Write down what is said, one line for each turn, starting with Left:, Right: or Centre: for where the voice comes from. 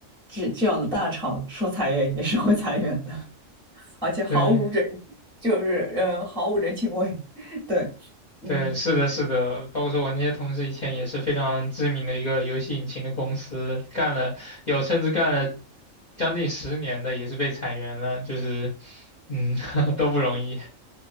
Centre: 这这样的大厂说裁员也是会裁员的，<laughs> 而且毫无人，
Left: 对。
Centre: 就是呃毫无人情味，<laughs> 对，嗯。
Left: 对，是的，是的，包括说我那些同事以前也是非常知名的一个游戏引擎的公司，干了有甚至干了将近十年的，也是被裁员了，就是嗯 <laughs> 都不容易。